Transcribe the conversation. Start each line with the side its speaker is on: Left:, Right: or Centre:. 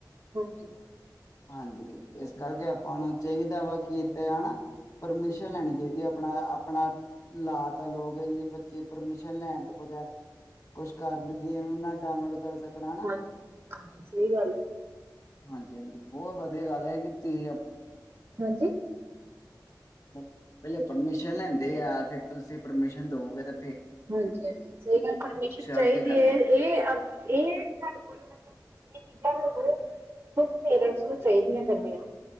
Right: ਹਾਂਜੀ।
Left: ਹਾਂਜੀ, ਇਸ ਕਰਕੇ ਆਪਾਂ ਨੂੰ ਚਾਹੀਦਾ ਵਾ, ਕਿ ਇੱਥੇ ਹਨਾ ਪਰਮਿਸ਼ਨ
Right: ਹੂੰ।
Left: ਲੈਣੀ ਚਾਹੀਦੀ। ਵੀ ਆਪਣਾ-ਆਪਣਾ ਲਾ ਤਾ ਲੋ ਕੇ ਜੀ, ਬੱਚੇ ਪਰਮਿਸ਼ਨ ਲੈਣ ਤੋਂ ਬਗੈਰ ਕੁਛ ਕਰਨ, ਗੇਮ ਨਾ ਡਾਊਨਲੋਡ ਕਰ ਸਕ ਹਣਾ,
Right: ਹਾਂਜੀ-ਹਾਂਜੀ, ਸਹੀ ਗੱਲ ਐ ਜੀ।
Left: ਹਾਂਜੀ-ਹਾਂਜੀ, ਬਹੁਤ ਵਧੀਆ ਗੱਲ ਹੈ ਕਿ ਤੁਸੀਂ
Right: ਹਾਂਜੀ?
Left: ਪਹਿਲੇ ਪਰਮਿਸ਼ਨ ਲੈਂਦੇ ਆ, ਫਿਰ ਤੁਸੀਂ ਪਰਮਿਸ਼ਨ ਦੳਗੇ ਤਾਂ
Right: ਹਾਂਜੀ-ਹਾਂਜੀ ਸਹੀ ਗੱਲ ਪਰਮੇਸ਼ਨ ਚਾਹੀਦੀ
Left: ਅੱਗੇ ਕਰਨਾ
Right: ਹੈ। ਇਹ-ਇਹ ਸਾਡੇ ਕੋਲ ਮਤਲਬ ਇਹ ਚੀਜ਼ਾਂ ਸਾਨੂੰ ਖੁਦ ਪੇਰੈਂਟਸ ਨੂੰ ਚਾਹੀਦੀਆਂ ਕਰਨੀਆਂ।